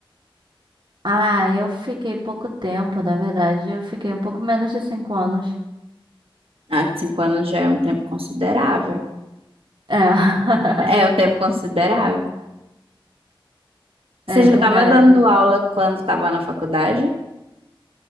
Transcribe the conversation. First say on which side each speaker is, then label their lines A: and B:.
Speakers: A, on the right; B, on the right.
A: Ah, eu fiquei pouco tempo, na verdade, eu fiquei um pouco menos de cinco anos.
B: Ah, cinco anos já é um tempo considerável.
A: É,
B: É um tempo considerável.
A: <laughs> é
B: Você já
A: verdade.
B: estava dando aula quando estava na faculdade?